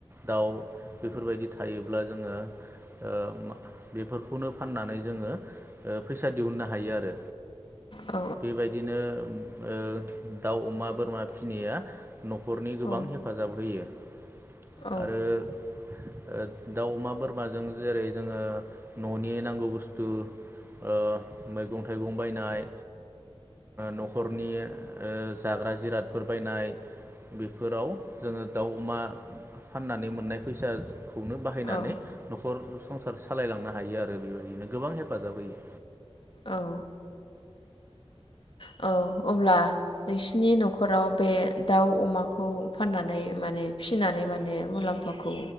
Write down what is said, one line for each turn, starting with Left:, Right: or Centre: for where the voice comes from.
Right: दाउ बेफोरबायदि थायोब्ला जोंङो ओ मा बेफोरखौनो फाननानै जोंङो ओ फैसा दिहुननो हायो आरो
Left: औ
Right: बेबायदिनो ओ दाउ अमा बोरमा फिनाया न'खरनि गोबां
Left: औ
Right: हेफाजाब होयो।
Left: औ
Right: आरो ओ दाउ अमा बोरमाजों जेरै जोङो न'नि नांगौ बुस्थु ओ मैगं थाइगं बायनाय न'खरनि ओ जाग्रा जिरादफोर बायनाय बेफोराव जोंङो दाउ अमा फाननानै मोननाय फैसा खौनो बाहायनानै
Left: औ
Right: नखर संसार सालायलांनो हायो आरो आरो बेबायदिनो गोबां हेफाजाब होयो
Left: औ औ अब्ला नोंसिनि नखराव बे दाउ अमाखौ फाननानै माने फिनानै माने मुलाम्फाखौ